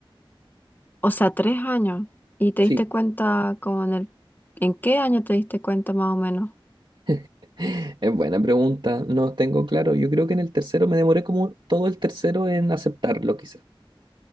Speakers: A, on the left (about 20°); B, on the right (about 60°).
A: O sea, tres años. ¿Y te
B: Sí,
A: diste cuenta como en el... ¿En qué año te diste cuenta más o menos?
B: <laughs> es buena pregunta, no tengo claro. Yo creo que en el tercero me demoré como todo el tercero en aceptarlo quizás,